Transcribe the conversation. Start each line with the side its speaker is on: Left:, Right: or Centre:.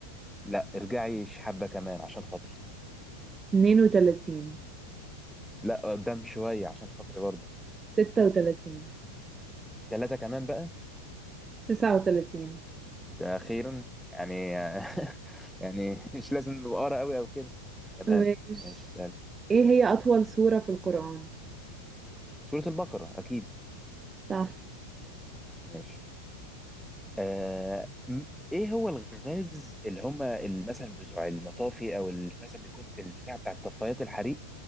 Centre: لا ارجعي حبة كمان عشان خاطري
Right: 32
Centre: لا قدام شوية عشان خاطري برضو
Right: 36
Centre: ثلاثة كمان بقى
Right: 39
Centre: ده أخيرا يعني <laughs> يعني مش لازم نبقى قرا قوي أو كده تمام
Right: ماشي
Centre: ماشي سهل
Right: ايه هي أطول سورة في القرآن؟
Centre: سورة البقرة أكيد
Right: صح
Centre: ماشي آه م- إيه هو الغاز اللي هما ال- مثلا بتوع المطافي أو اللي مثلا بيكون في البتاع بتاع طفايات الحريق